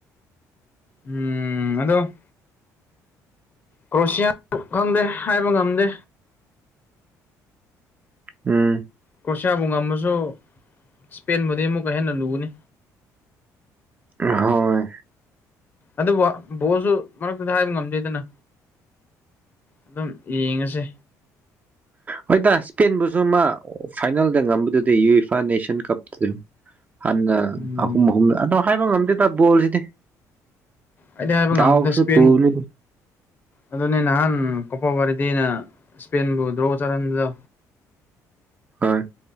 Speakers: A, on the left; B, on the right.
A: ꯎꯝ ꯑꯗꯣ ꯀ꯭ꯔꯣꯁꯤꯌꯥ ꯈꯪꯗꯦ ꯍꯥꯏꯕ ꯉꯝꯗꯦ
B: ꯎꯝ
A: ꯀ꯭ꯔꯣꯁꯤꯌꯥꯕꯨ ꯉꯝꯃꯁꯨ ꯁ꯭ꯄꯦꯟꯕꯨꯗꯤ ꯑꯃꯨꯛꯀ ꯍꯦꯟꯅ ꯂꯨꯒꯅꯤ
B: ꯑꯍꯣꯏ
A: ꯑꯗꯨꯕꯨ ꯕꯣꯜꯁꯨ ꯃꯔꯛꯇꯗꯤ ꯍꯥꯏꯕ ꯉꯝꯗ‌ꯦꯗꯅ ꯑꯗꯨꯝ ꯌꯦꯡꯉꯁꯦ
B: ꯍꯣꯏꯇꯥ ꯏꯁꯄꯦꯟꯕꯨꯁꯨ ꯃꯥ ꯐꯥꯏꯅꯦꯜꯗ ꯉꯝꯕꯗꯨꯗꯤ ꯌꯨꯌꯤꯐꯥ ꯅꯦꯁꯟ ꯀꯞꯇꯨ ꯍꯟꯅ
A: ꯎꯝ
B: ꯑꯍꯨꯝ ꯑꯍꯨꯝ ꯑꯗꯣ ꯍꯥꯏꯕ ꯉꯝꯗꯦꯗ ꯕꯣꯜꯁꯤꯗꯤ
A: ꯑꯩꯗꯤ ꯍꯥꯏꯕ
B: ꯗꯥꯎꯁꯨ
A: ꯉꯝꯗꯦ ꯏꯁꯄꯦꯟ
B: ꯄꯨꯅꯤꯗ
A: ꯑꯗꯨꯅꯦ ꯅꯍꯥꯟ ꯀꯣꯄ ꯋꯥꯔꯤꯗꯤꯅ ꯏꯁꯄꯦꯟꯕꯨ ꯗ꯭ꯔꯣ ꯆꯠꯍꯟꯕꯗꯣ
B: ꯑꯥꯏ